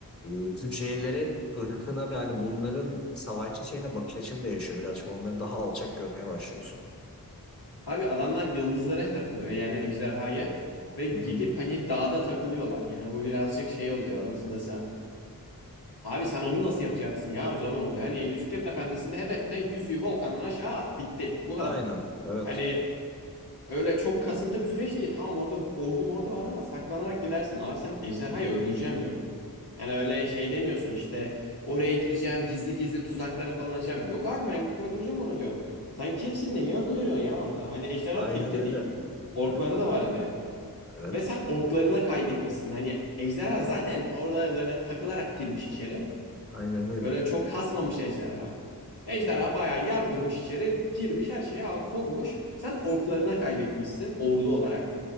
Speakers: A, on the left (about 40°); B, on the left (about 85°).
A: e, cücelerin ırkına ve hani bunların savaşçı şeyine bakış açın değişiyor birazcık. Onları daha alçak görmeye başlıyorsun.
B: Abi adamlar yıldızlara hedef alıyor yani ejderhaya ve gidip
A: Hı hı.
B: hani dağda takılıyorlar. Yani bu birazcık şey oluyor nasıl desem. Abi sen onu nasıl yapacaksın ya o zaman oluyor. Hani Yüzüklerin Efendisi'nde hedef ne? Yüzüğü volkandan aşağı at bitti. Bu
A: Aynen.
B: kadar.
A: Evet.
B: Hani öyle çok kasıntı bir süreç değil. Tamam orada ordu mordu var ama saklanarak gidersin. Abi sen ejderhayı
A: Hı hı.
B: öldüreceğim diyor. Yani öyle şey demiyorsun işte oraya gireceğim gizli gizli tuzakları falan açacağım. Yok abi ben gidip öldüreceğim onu diyorsun. Sen kimsin neyi öldürüyorsun ya orada? Hani ejderha
A: Aynen
B: tek
A: öyle.
B: de değil. Orkları
A: Evet.
B: da var hani.
A: Evet.
B: Ve sen orklarına kaybetmişsin. Hani ejderha zaten orada böyle takılarak girmiş içeri.
A: Aynen öyle.
B: Böyle çok kasmamış ejderha. Ejderha
A: Hı hı.
B: bayağı yardırmış içeri, girmiş her şeye al- konmuş. Sen orklarına kaybetmişsin ordu olarak.